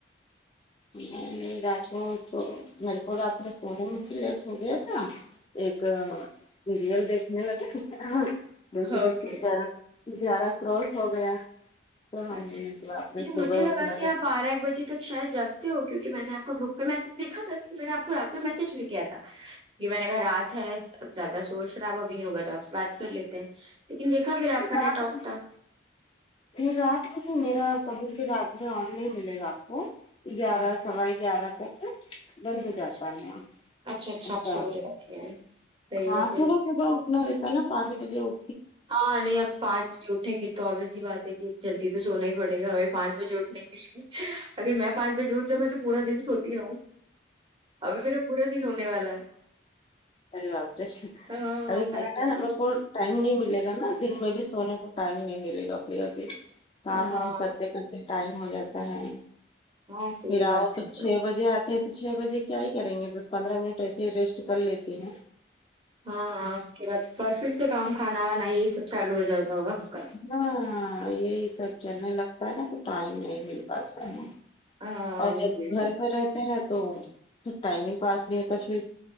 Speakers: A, on the left; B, on the right.
A: میں نہیں جاگتی ہوں تو میرے کو رات میں سونے میں بھی لیٹ ہو گیا تھا ایک سیریل دیکھنے لگے دیکھتے
B: اوکے
A: دیکھتے گیارہ گیارہ کروس ہو گیا تو ہم
B: اچھا
A: بولے کہ باپ رے
B: یہ
A: صبح
B: مجھے لگا
A: اٹھنا
B: کہ
A: ہے
B: آپ بارہ ایک بجے تک شاید جاگتے ہو کیونکہ میں نے آپ کو گروپ پہ میسج دیکھا تھا اس لیے میں نے آپ کو رات میں میسج بھی کیا تھا کی میں نے کہا رات ہے اب زیادہ شور شرابہ بھی نہیں ہوگا تو آپ سے بات کر لیتے ہیں لیکن دیکھا پھر آپ کا
A: رات
B: نیٹ آف تھا
A: نہیں رات میں نہیں میرا کبھی بھی رات میں آن نہیں ملے گا آپ کو گیارہ
B: ہاں
A: سوا گیارہ تک بند ہو
B: اچھا
A: جاتا ہے یہاں
B: اچھا اچھا
A: ایسا
B: آپ سو جاتے ہیں صحیح
A: ہاں
B: ہے صحیح
A: صبح
B: ہے۔
A: صبح اٹھ ھنا رہتا ہے نہ پانچ بجے وہ
B: ہاں نہیں اب پانچ بجے اٹھیں گے تو اوبیسلی بات ہے کہ جلدی تو سونا ہی پڑے گا وہی پانچ بجے اٹھنے کے لیے اگر میں پانچ بجے اٹھ جاوں میں تو پورا دن سوتی رہوں ابھی میرا پورا دن ہونے والا ہے
A: ارے باپ رے
B: ہاں
A: ابھی
B: بھائی
A: کیا نام ہے ٹائم نہیں ملے گا نا دن میں بھی سونے کو ٹائم نہیں ملے گا اپنے یہاں بھی کام
B: ہاں
A: وام کرتے کرتے ٹائم ہو جاتا ہے
B: ہاں صحیح
A: پھر
B: بات
A: آؤ تو
B: ہے
A: چھ بجے آتے ہیں تو چھ بجے کیا ہی کریں گے دس پندرہ منٹ ایسے ہی ریسٹ کر لیتی ہوں
B: ہاں ہاں اس کے بعد پھر سے کام کھانا وانا ہی یہ سب چالو ہو جاتا ہوگا آپ کا
A: ہاااں یہی سب چلنے لگتا ہے نا تو ٹائم نہیں مل پاتا ہے
B: ہاں
A: اور
B: نہیں
A: جب
B: صحیح.
A: گھر پہ رہتے ہیں تو پھر ٹائم ہی پاس نہیں ہوتا پھر